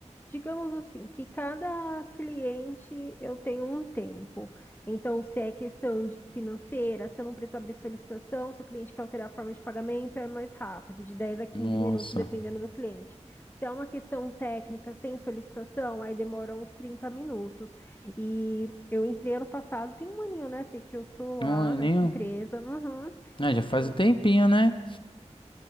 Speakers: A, on the left; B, on the left.
A: Digamos assim, que cada cliente eu tenho um tempo. Então, se é questão de financeira, se eu não preciso abrir solicitação, se o cliente quer alterar a forma de pagamento, é mais rápido, de 10 a quinze
B: nossa,
A: minutos, dependendo do cliente. Se é uma questão técnica sem solicitação, aí demora uns 30 minutos. E eu entrei ano passado, tem um aninho, né, Fê, que eu tô lá
B: não é
A: nessa
B: nem.
A: empresa. uhum,
B: Ah, já
A: e
B: faz um tempinho, né?